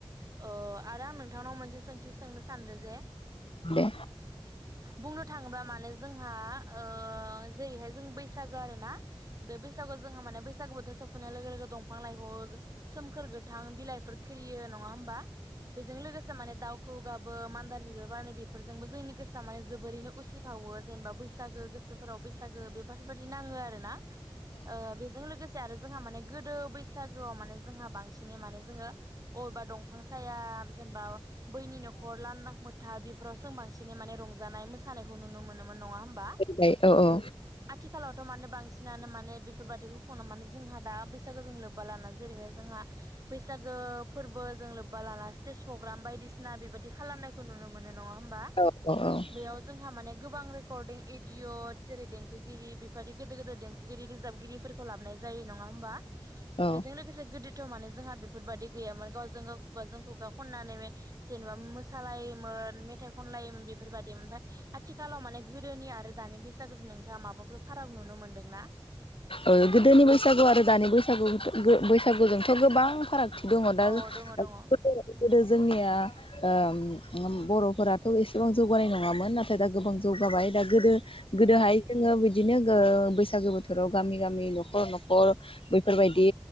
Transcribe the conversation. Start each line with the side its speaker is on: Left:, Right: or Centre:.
Right: ओ आरो आं नोंथांनाव मोनसे सोंथि सोंनो सानदो जे
Left: दे।
Right: बुंनो थाङोबा माने जोंहा ओ जेरैहाय जों बैसागो आरो ना बे बैसागुआव जोंहा माने बैसा बैसागु बोथोर सफैनाय लोगो लोगो दंफां लाइफावाव सोमखोर गोथां बिलाइफोर खिलियो नङा होमबा। बेजों लोगोसे माने दाउ खौवौ गाबो मान्दार बिबार बारो बेफोरजोंबो जोंनि गोसोआ माने जोबोरैनो उसिफावो जेनेबा बैसा बैसागो गोसोफोराव बैसागो बेफोरबायदि नाङो आरो ना। ओ बेजों लोगो से आरो जोंहा माने गोदो बैसागोआव माने जोंहा बांसिनै माने जोङो अबेबा दंफां साया जेनबा बैनि नखर लान्दां मोन था बेफोरावसो बांसिनै माने रंजानाय मोसानायखौ नुनो मोनोमोन नङा बा
Left: दे औ औ
Right: आथिखालावथ मानो बां सिनानो माने बि बेफोरबायदिखौ खनो माने जोंहा दा बै बैसागो जों लोब्बा लाना जेरैहाय जोंहा बैसागो फोरबोजों लोब्बा लाना स्टेज पग्राम बायदिसिना बेबादि खालामनायखौ नुनो मोनो नङा होमबा
Left: औ औ औ
Right: बेयाव जोंहा माने गोबां रेकरदिं एडिअ जेरै देंखोगिरि बे बादि गोदोर गोदोर देंखोगिरि रोजाबगिरिफोरखौ लाबनाय जायो नङा होमबा।
Left: औ
Right: बेजों लोगोसे गोदो थ माने जोंहा बेफोरबादि गैयामोन गावजों गाव खुगाजों खुगा खननानै मे जेनेबा मोसालायोमोन मेथाइ खनलायोमोन बेफोरबायदिमोन ओमफ्राय आथिखालाव माने गो दोनि आरो दानि बैसागोजों नोंथाङा माबाफोर फाराग नुनो मोनदोंना?
Left: ओ गोदोनि बैसागु आरो दानि बैसागु गो बैसागुजोंथ' गोबां फाराग दङ दा
Right: अ
Left: <unintelligible>
Right: दङ दङ औ
Left: गोदो जोंनिया ओ उम बर'फोराबोथ' एसेबां जौगानाय नङामोन नाथाय दा गोबां जौगाबाय दा गोदो
Right: नंगौ
Left: गोदोहाय जोङो बिद बिदिनो गो बैसागो बो बोथोराव गामि गामि न'खर न'खर बैफोरबायदि